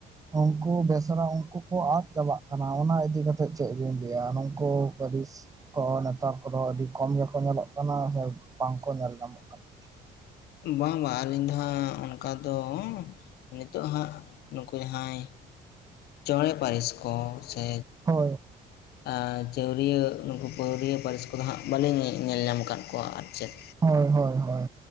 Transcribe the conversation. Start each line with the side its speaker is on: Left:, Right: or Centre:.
Right: ᱩᱝᱠᱩ ᱵᱮᱥᱨᱟ ᱩᱱᱠᱩ ᱠᱚ ᱟᱫᱽ ᱪᱟᱵᱟᱜ ᱠᱟᱱᱟ, ᱚᱱᱟ ᱤᱫᱤ ᱠᱟᱛᱮᱜ ᱪᱮᱜ ᱵᱤᱱ ᱞᱟᱹᱭᱟ? ᱱᱩᱠᱩ ᱯᱟᱹᱨᱤᱥ ᱠᱚ ᱱᱮᱛᱟᱨ ᱠᱚᱫᱚ ᱟᱹᱰᱤ ᱠᱚᱢ ᱜᱮᱠᱚ ᱧᱮᱞᱚᱜ ᱠᱟᱱᱟ ᱥᱮ ᱵᱟᱝᱠᱚ ᱧᱮᱞ ᱧᱟᱢᱚᱜ? ᱠᱟᱱᱟ
Left: ᱵᱟᱝ ᱵᱟᱝ ᱟᱹᱞᱤᱧ ᱫᱚ ᱦᱟᱸᱜ ᱚᱱᱠᱟ ᱫᱚ ᱱᱤᱛᱚᱜ ᱦᱟᱸᱜ ᱱᱩᱠᱩ ᱡᱟᱦᱟᱸᱭ ᱪᱚᱸᱬᱮ ᱯᱟᱹᱨᱤᱥ ᱠᱚ ᱥᱮ,
Right: ᱦᱳᱭ,
Left: ᱟᱨ ᱪᱟᱹᱣᱨᱤᱭᱟᱸ ᱱᱩᱠᱩ ᱯᱟᱹᱣᱨᱤᱭᱟᱹ ᱯᱟᱹᱨᱤᱥ ᱠᱚᱫᱚ ᱦᱟᱸᱜ ᱵᱟᱹᱞᱤᱧ ᱧᱮᱞ ᱧᱟᱢ ᱠᱟᱜ ᱠᱚᱣᱟ ᱟᱨ ᱪᱮᱫ᱾
Right: ᱦᱳᱭ ᱦᱳᱭ ᱦᱳᱭ,